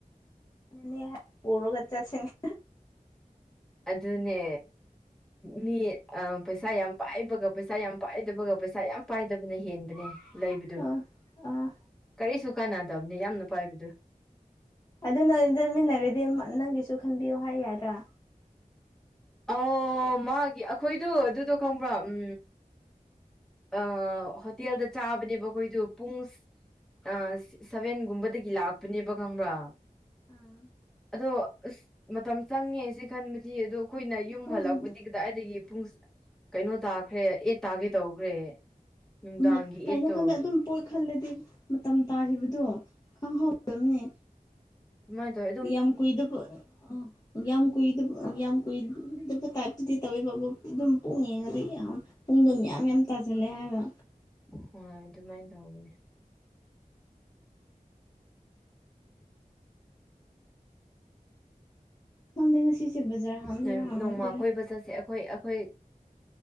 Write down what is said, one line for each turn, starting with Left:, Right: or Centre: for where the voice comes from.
Left: <unintelligible>
Centre: ꯑꯗꯨꯅꯦ ꯃꯤ ꯑ ꯄꯩꯁꯥ ꯌꯥꯝ ꯄꯥꯏꯕꯒ ꯄꯩꯁꯥ ꯌꯥꯝ ꯄꯥꯏꯗꯕꯒ ꯄꯩꯁꯥ ꯌꯥꯝ ꯄꯥꯏꯗꯕꯅ ꯍꯦꯟꯕꯅꯦ꯫ ꯂꯩꯕꯗꯨ
Left: ꯑꯥ ꯑꯥ
Centre: ꯀꯔꯤꯁꯨ ꯀꯥꯟꯅꯗꯕꯅꯤ ꯌꯥꯝꯅ ꯄꯥꯏꯕꯗꯨ
Left: ꯑꯗꯨ ꯅ ꯆꯠꯃꯤꯟꯅꯔꯗꯤ ꯅꯪꯒꯤꯁꯨ ꯈꯟꯕꯤꯌꯨ ꯍꯥꯏ ꯌꯥꯗ꯭ꯔꯥ
Centre: ꯑꯣ ꯃꯥꯒꯤ ꯑꯩꯈꯣꯏꯗꯨ ꯑꯗꯨꯗꯣ ꯈꯪꯕ꯭ꯔꯥ ꯎꯝ ꯑ ꯍꯣꯇꯦꯜꯗ ꯆꯥꯕꯅꯦꯕ ꯑꯩꯈꯣꯏꯗꯨ ꯄꯨꯡꯁ ꯑ ꯁꯚꯦꯟꯒꯨꯝꯕꯗꯒꯤ ꯂꯥꯛꯄꯅꯦꯕ ꯈꯪꯕ꯭ꯔꯥ
Left: ꯑꯥ
Centre: ꯑꯗꯣ ꯑꯁ ꯃꯇꯝ ꯆꯪꯉꯦ ꯁꯤ ꯈꯟꯕꯗꯤ ꯑꯗꯣ ꯑꯩꯈꯣꯏꯅ ꯌꯨꯝ
Left: ꯍꯣꯏ
Centre: ꯍꯜꯂꯛꯄꯗꯤ ꯀꯥꯗꯥꯏꯗꯒꯤ ꯄꯨꯡ ꯀꯩꯅꯣ ꯇꯥꯈ꯭ꯔꯦ ꯑꯦꯠ ꯇꯥꯒꯦ ꯇꯧꯈ꯭ꯔꯦ ꯅꯨꯡꯗꯥꯡꯒꯤ
Left: ꯃꯨꯠ
Centre: ꯑꯦꯠꯇꯣ
Left: ꯀꯩꯅꯣ ꯈꯪꯗꯦ ꯑꯗꯨꯝ ꯄꯨꯟ ꯈꯜꯂꯗꯤ ꯃꯇꯝ ꯇꯥꯈꯤꯕꯗꯣ ꯈꯪꯍꯧꯗꯕꯅꯤ
Centre: ꯃꯥꯏ ꯇ
Left: ꯌꯥꯝ ꯀꯨꯏꯗꯀꯨ ꯑ ꯌꯥꯝ ꯀꯨꯏꯗꯕꯥ ꯌꯥꯝ ꯀꯨꯏꯗꯕ ꯇꯥꯏꯞꯇꯨꯗꯤ ꯇꯧꯋꯦꯕꯥ ꯑꯗꯨꯝ ꯄꯨꯡ ꯌꯦꯡꯉꯥꯗꯤ ꯌꯥꯝ ꯄꯨꯡꯗꯣ ꯃꯌꯥꯝ ꯃꯌꯥꯝ ꯇꯥꯖꯤꯜꯂꯦ ꯍꯥꯏꯔꯣ꯫
Centre: ꯍꯣꯏ ꯑꯗꯨꯃꯥꯏꯅ ꯇꯧꯕꯅꯦ
Left: <unintelligible>
Centre: ꯅꯣꯏ
Left: ꯍꯥꯡꯉꯣꯏꯗꯣꯏꯔꯥ
Centre: ꯅꯣꯡꯃ ꯀꯣꯏꯕ ꯆꯠꯁꯦ ꯑꯩꯈꯣꯏ ꯑꯩꯈꯣꯏ